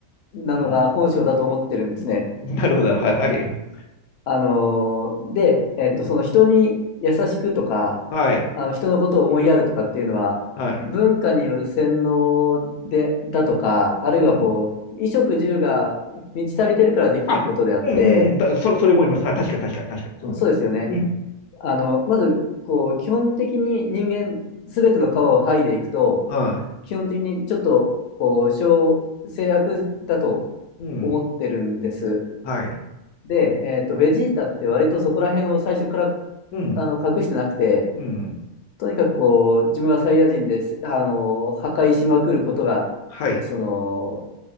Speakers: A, on the left; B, on the left.
A: なのが本性だと思ってるんですね。
B: うん。なるほど、なるほど。はい、はい。
A: あのーで、えっと、
B: うん。
A: その人に優しくとか、
B: はい、
A: あの人のことを思いやるとかっていうのは、
B: はい。
A: 文化による洗脳で、だとか、あるいはこう、
B: うん。
A: 衣食住が満ち足りてるからできることであって、
B: あ、うん、うん。だ、それ、それもいます。はい、確かに、確かに、確かに。
A: そうですよね。
B: うん。うん。
A: あの、まず、こう、基本的に人間、すべての皮を剥いでいくと、
B: はい。
A: 基本的にちょっと、こう、小、制約だと
B: うん。
A: 思ってるんです。
B: はい。
A: で、えっと、ベジータって割とそこら辺を最初から
B: うん。
A: あの隠してなくて、
B: うん。
A: とにかくこう、自分はサイヤ人です、あの、破壊しまくることが、
B: はい。
A: その、